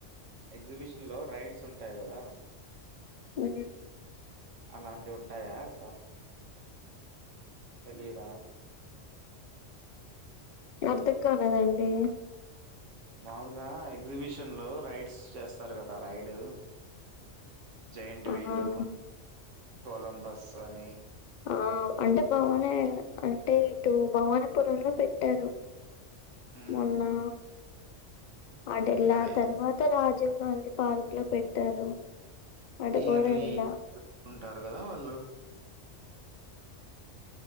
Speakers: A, on the right (about 80°); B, on the left (about 60°).
A: ఎగ్జిబిషన్లో రైడ్స్ ఉంటాయి కదా.
B: ఉ
A: అలాంటివి ఉంటాయా అక్కడ? తెలీదా.
B: అర్థం కాలేదండి.
A: మామూలుగా ఎగ్జిబిషన్ లో రైడ్స్ చేస్తారు కదా రైడ్. జైంట్
B: ఆ
A: వీలు, కొలంబస్ అని
B: ఆ అంటే భవానే అంటే ఇటు భవానీపురంలో పెట్టారు.
A: హ్మ్.
B: మొన్నా అటెల్లా
A: అదే
B: తర్వాత రాజీవ్ గాంధీ పార్క్లో పెట్టారు. అటు
A: ఇయర్లీ
B: కూడా ఎళ్ళా.
A: పెట్టుకుంటారు కదా వాళ్ళు.